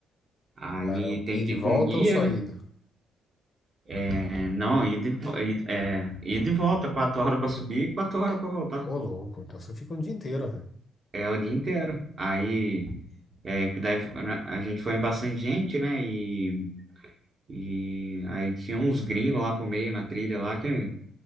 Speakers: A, on the right; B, on the left.
A: Aí
B: Caramba.
A: tem
B: Ida
A: que
B: e
A: ir
B: volta
A: com guia,
B: ou só
A: né?
B: ida?
A: É, não, ir de, vo- ir, é, ir de volta, quatro horas para subir e quatro horas para voltar.
B: Ô, louco. Então você fica um dia inteiro, velho.
A: É o dia inteiro. Aí, é, daí a gente foi em bastante gente, né? E, e aí tinha uns gringos lá pro meio na trilha lá que